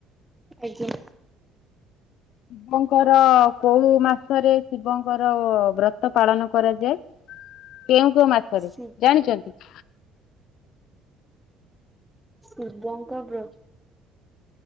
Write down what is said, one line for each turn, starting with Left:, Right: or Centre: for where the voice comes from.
Centre: ଆଜ୍ଞା।
Left: ଶିବଙ୍କର କୋଉ ମାସରେ, ଶିବଙ୍କର ବ୍ରତ ପାଳନ କରାଯାଏ। କେଉଁ କେଉଁ ମାସରେ
Centre: ଶି
Left: ଜାଣିଛନ୍ତି?
Centre: ଶିବଙ୍କ ବ୍ରତ